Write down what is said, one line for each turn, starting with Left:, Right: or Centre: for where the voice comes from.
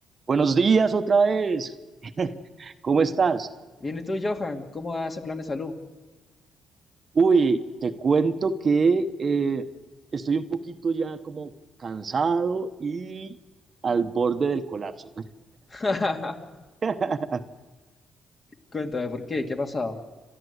Right: Buenos días otra vez. <laughs> ¿Cómo estás?
Left: Bien, ¿y tú, Johan? ¿Cómo va ese plan de salud?
Right: Uy, te cuento que eh, estoy un poquito ya como cansado y al borde del colapso.
Left: <laughs>
Right: <laughs>
Left: Cuéntame, ¿por qué? ¿Qué ha pasado?